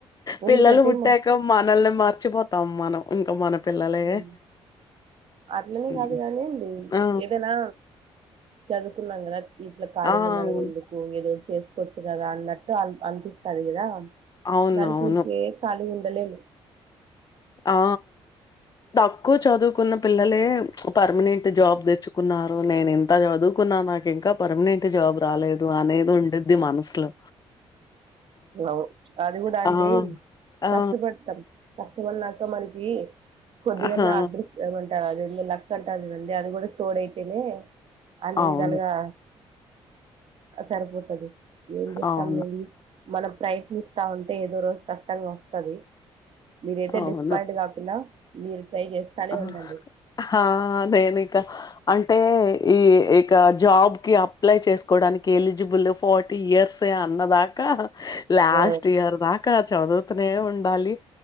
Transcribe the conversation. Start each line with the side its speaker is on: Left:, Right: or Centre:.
Left: పిల్లలు
Right: ఎందుకంటే
Left: పుట్టాక
Right: మా
Left: మనల్ని మర్చిపోతాం మనం ఇంకా మన పిల్లలే
Right: ఉమ్, అట్లనే
Left: హ్మ్.
Right: కాదు కానిండి
Left: ఆ!
Right: ఏదైనా చదువుకున్నాం కదా ఇట్లా ఖాళీగా
Left: ఆ!
Right: ఉండడం
Left: అవును.
Right: ఎందుకు ఏదో చేసుకోవచ్చు కదా అన్నట్టు అ అనిపిస్తంది కదా
Left: అవునవును.
Right: దానికి ఊరికే కాలిగా ఉండలేం
Left: ఆ తక్కువ చదువుకున్న పిల్లలే పర్మనెంట్ జాబ్ తెచ్చుకున్నారు నేను ఇంత చదువుకున్నా నాకు ఇంకా పర్మనెంట్ జాబ్ రాలేదు అనేది ఉండుద్ది మనసులో
Right: హలో అది కూడా
Left: ఆ!
Right: అండి
Left: ఆ!
Right: కష్టపడతాం కస్ ఇష్టమన్నాక మనకి కొద్దిగన్న
Left: ఆహా!
Right: అడ్రస్ ఏదన్న అదేందో లక్క అంటరు చూడండి అది కూడా తోడైతేనె అన్ని
Left: అవును.
Right: విధాలుగా సరిపోతుది ఏం చేస్తాములేండి
Left: అవును.
Right: మనం ప్రయత్నిస్తా ఉంటే ఏదో రోజు కష్టంగా ఒస్తది మీరైతే
Left: అవును.
Right: డిసప్పయింట్ కాకుండా మీరు ట్రై చేస్తానే
Left: ఆ!
Right: ఉండండి
Left: ఆ! నేనిక అంటే ఈ ఇక జాబ్ కి అప్లై చేసుకోవడానికి ఎలిజిబుల్ ఫార్టీ ఇయర్సే అన్నదాకా లాస్ట్
Right: ఆ
Left: ఇయర్ దాకా చదువుతనే ఉం డాలి